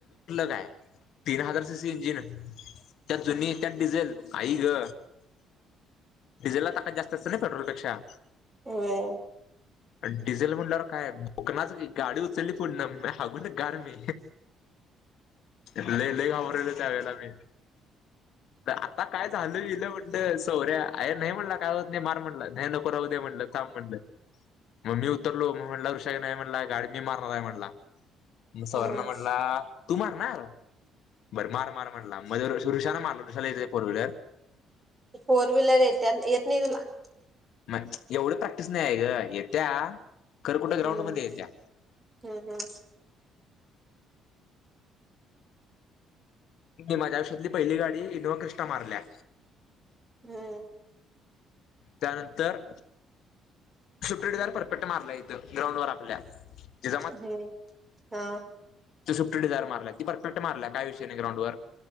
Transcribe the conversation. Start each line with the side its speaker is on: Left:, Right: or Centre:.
Left: का इंजिन त्यात जुनी त्यात डिझेल आई ग डिझेलला ताकद जास्त असते ना पेट्रोलपेक्षा
Right: व्हय
Left: डिझेल म्हणल्यावर काय? कोकणाच गाडी उचलली पुढणं मी सांगुन गार मी. लय लय घाबरलेलो त्यावेळेला मी. आता काय झालं बिलं म्हणंट सौऱ्या अर नाही म्हणला काय होत नाही मार म्हणलं नाही नको राऊदे म्हणलं थांब म्हणलं. मग मी उतरलो मग म्हटला ऋषाग नाही म्हणला गाडी मी मारणार आहे म्हणला. मग सवऱ्यान
Right: हम्म
Left: म्हटला तू मारणार? बर मार मार म्हटला मजे ऋष ऋषाला मारल ऋषाला यच फोर व्हीलर.
Right: फोर व्हीलर येत्या येत नाही तेला.
Left: मग एवढं प्रॅक्टिस नाही आहे ग येत्या. खरं कुठं ग्राउंड
Right: हम्म
Left: मध्ये येत्या
Right: हम्म हम्.
Left: कि माझ्या आयुष्यातली पहिली गाडी इनोवा क्रिस्टा मारल्या.
Right: हम्म.
Left: त्यानंतर शुटडद परपेट मारला यथ ग्रउंड वर आपल्या. जे
Right: हम्म हा.
Left: त सुट्टी डिझार मारला ती परफेक्ट मारलाय काय विषय नाही ग्राउंडवर.